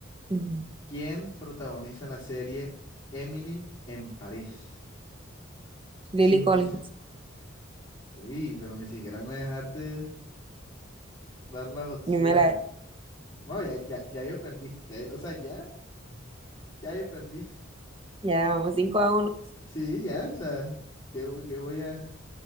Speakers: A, on the right; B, on the left.
A: Ujú.
B: ¿Quién protagoniza la serie Emily en París?
A: Lily
B: Sidney.
A: Collins,
B: Uy, pero ni siquiera me dejaste dar las opciones.
A: yo me la
B: No, ya, ya, ya yo perdí. Ya, yo- o sea, ya, ya yo perdí.
A: Ya vamos cinco a uno,
B: Sí, ya, o sea, ¿qué, voy- qué voy a...?